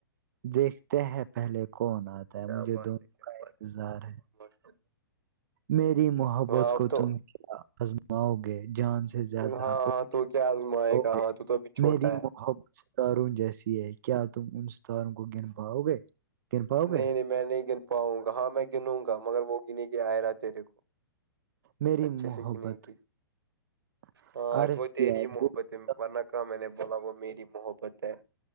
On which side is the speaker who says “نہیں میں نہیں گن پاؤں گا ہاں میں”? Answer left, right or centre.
Right